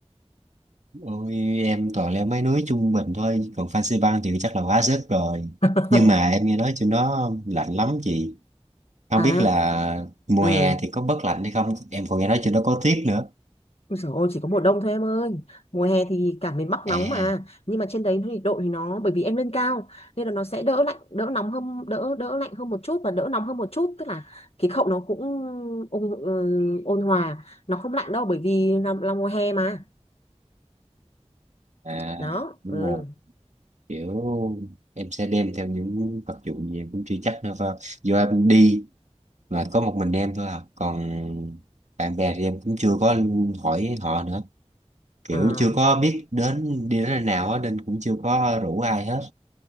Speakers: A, on the right; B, on the left.
A: ôi em toàn leo mấy núi trung bình thôi còn Fansipan Bang thì chắc là quá sức rồi
B: <laughs>
A: nhưng mà em nghe nói trên đó lạnh lắm chị không
B: à
A: biết là mùa
B: ừ
A: hè thì có bớt lạnh hay không em còn nghe nói trên đó có tuyết nữa
B: Ôi dồi ôi, chỉ có mùa đông thôi em ơi Mùa hè thì cả miền Bắc
A: à
B: nóng mà Nhưng mà trên đấy nhiệt độ thì nó Bởi vì em lên cao Nên là nó sẽ đỡ lạnh Đỡ nóng hơn Đỡ đỡ lạnh hơn một chút Và đỡ nóng hơn một chút Tức là khí hậu nó cũng ôn, ừ, ôn hòa Nó không lạnh đâu Bởi vì là, là mùa hè mà
A: à
B: Đó
A: nhưng
B: ừ.
A: mà kiểu em sẽ đem theo những vật dụng gì em cũng chưa chắc nữa vào do em đi mà có một mình em thôi à còn bạn bè thì em cũng chưa có hỏi họ nữa kiểu
B: À,
A: chưa có biết đến đi đến nơi nào á nên cũng chưa có rủ ai hết